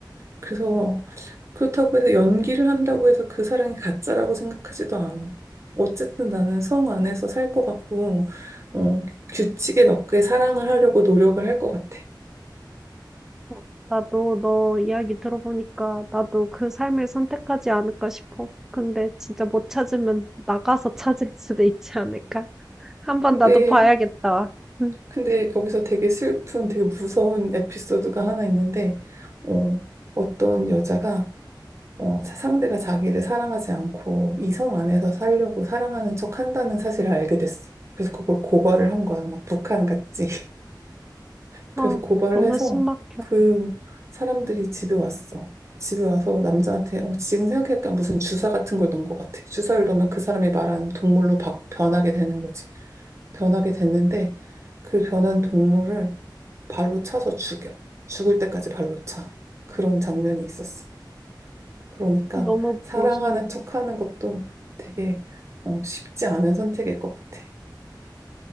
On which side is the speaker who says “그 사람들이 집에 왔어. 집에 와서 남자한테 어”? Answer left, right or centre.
Right